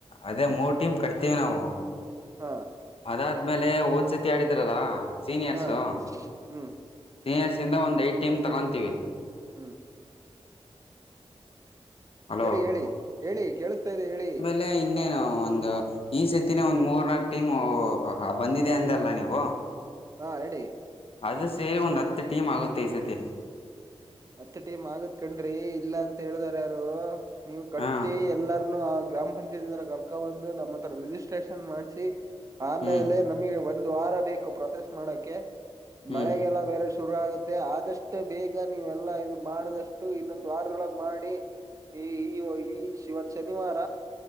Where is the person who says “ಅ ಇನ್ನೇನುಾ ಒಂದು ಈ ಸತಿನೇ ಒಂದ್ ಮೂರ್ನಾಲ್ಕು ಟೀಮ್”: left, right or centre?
Left